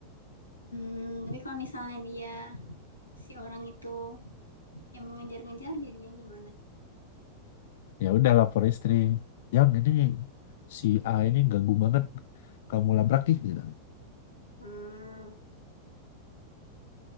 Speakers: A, on the left; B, on the left.
A: Hmm, tapi kalau misalnya dia si orang itu yang mengejar-ngejar jadinya gimana?
B: ya udah lapor istri yang ini si A ini ganggu banget kamu labrak ih gitu
A: Hmm,